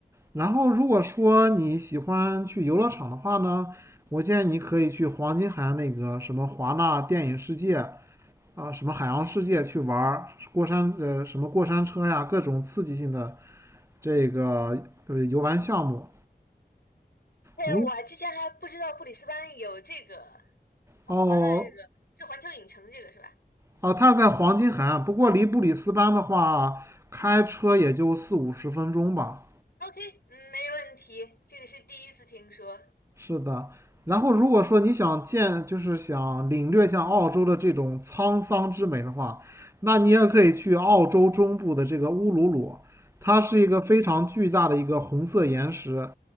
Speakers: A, on the right (about 15°); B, on the left (about 70°).
A: 然后如果说你喜欢去游乐场的话呢，我建议你可以去黄金海岸那个什么华纳电影世界。啊什么海洋世界去玩过山呃什么过山车呀，各种刺激性的这个呃游玩项目。
B: 对，
A: 如
B: 我之前还不知道布里斯班有这个华华纳这个是环球影城这个是吧
A: 哦哦，它是在黄金海岸，不过离布里斯班的话，开车也就四五十分钟吧。
B: ？OK，嗯，没问题，这个是第一次听说。<laughs>
A: 是的，然后如果说你想见，就是想领略像澳洲的这种沧桑之美的话，那你也可以去澳洲中部的这个乌鲁鲁，它是一个非常巨大的一个红色岩石。